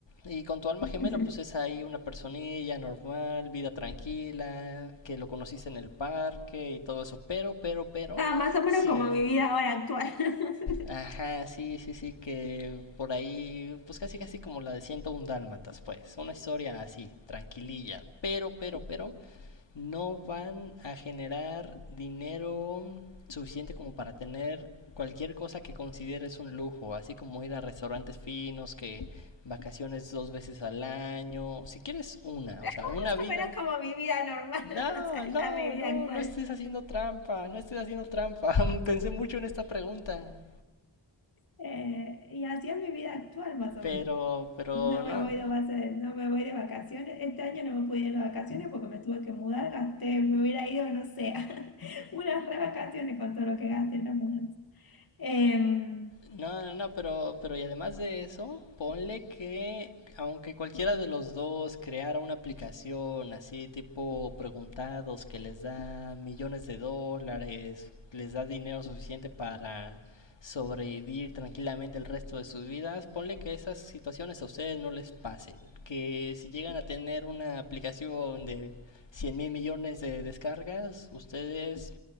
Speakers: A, on the left; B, on the left.
A: Y con tu alma gemela,
B: <laughs>
A: pues es ahí una personilla normal, vida tranquila, que lo conociste en el parque y todo eso. Pero, pero, pero,
B: Ah, más o menos
A: sí.
B: como mi vida ahora actual. <laughs>
A: Ajá, sí, sí, sí, que por ahí, pues casi, casi como la de 101 Dálmatas, pues. Una historia así, tranquililla. Pero, pero, pero, no van a generar dinero suficiente como para tener cualquier cosa que consideres un lujo, así como ir a restaurantes finos, que vacaciones dos veces al año, si quieres una, o sea,
B: Más
A: una vida.
B: o menos como mi vida normal, <laughs>
A: No,
B: o sea,
A: no,
B: ya mi vida
A: no,
B: actual.
A: no estés haciendo trampa, no estés haciendo trampa. <laughs> Pensé mucho en esta pregunta,
B: Eh, y así es mi vida actual, más o
A: pero,
B: menos.
A: pero
B: No
A: no.
B: me voy de base- no me voy de vacaciones. Este año no me pude ir de vacaciones porque me tuve que mudar, gasté, me hubiera ido, no sé, <laughs> unas re vacaciones con todo lo que gasté en la mudanza. Em,
A: No, no, no, pero, pero y además de eso, ponle que aunque cualquiera de los dos creara una aplicación así tipo preguntados que les da millones de dólares, les da dinero suficiente para sobrevivir tranquilamente el resto de sus vidas, ponle que esas situaciones a ustedes no les pasen, que si llegan a tener una aplicación de cien mil millones de descargas, ustedes